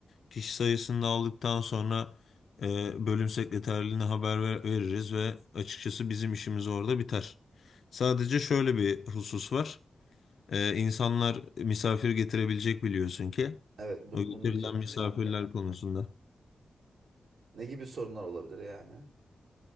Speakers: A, on the left; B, on the right.
A: Kişi sayısını da aldıktan sonra e, bölüm sekreterliğine haber ver- veririz ve açıkçası bizim işimiz orada biter. Sadece şöyle bir husus var. E, insanlar misafir getirebilecek biliyorsun ki.
B: Evet bunu,
A: O getirilen
B: bunu diyecektim
A: misafirler
B: ben de.
A: konusunda.
B: Ne gibi sorunlar olabilir yani?